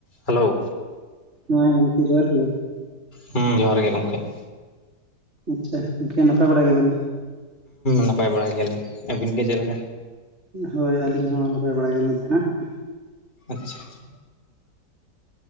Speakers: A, on the left (about 25°); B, on the right (about 40°).
A: Hello.
B: ᱦᱮᱸ ᱜᱚᱢᱠᱮ ᱡᱚᱦᱟᱨ ᱜᱮ ᱾
A: ᱦᱩᱸ ᱡᱚᱦᱟᱨ ᱜᱮ ᱜᱚᱝᱠᱮ ᱾
B: ᱟᱪᱪᱷᱟ ᱜᱚᱝᱠᱮ ᱱᱟᱯᱟᱭ ᱵᱟᱲᱟ ᱜᱮᱵᱮᱱ?
A: ᱱᱟᱯᱟᱭ ᱵᱟᱲᱟᱭ ᱜᱮᱭᱟᱞᱤᱧ, ᱟᱹᱵᱤᱱ ᱜᱮ ᱪᱮᱫ ᱞᱮᱠᱟ?
B: ᱦᱳᱭ ᱟᱹᱞᱤᱧ ᱦᱚᱸ ᱱᱟᱯᱟᱭ ᱵᱟᱲᱟᱭ ᱜᱮᱧ ᱱᱤᱛ ᱫᱚ ᱱᱟᱜ ᱾
A: ᱟᱪᱪᱷᱟ ᱾